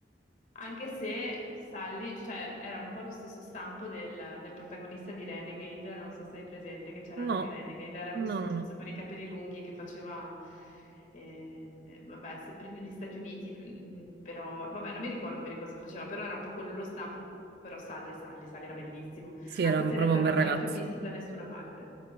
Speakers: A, on the left; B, on the right.
A: Anche se Sally, cioè, era un po' lo stesso stampo del, del protagonista di Renegade, non so se hai presente che c'era
B: No,
A: anche Renegade, era
B: no,
A: questo
B: no,
A: tizio
B: no.
A: con i capelli lunghi che faceva, eh, vabbè, sempre negli Stati Uniti, mm, però, vabbè, non mi ricordo bene cosa faceva, però era un po' quello lo stampo, però Sally e Sally, Sally era bellissimo
B: Sì,
A: anche
B: era un-
A: se
B: proprio
A: in realtà
B: un
A: non
B: bel
A: l'ho
B: ragazzo.
A: mai più visto da nessuna parte.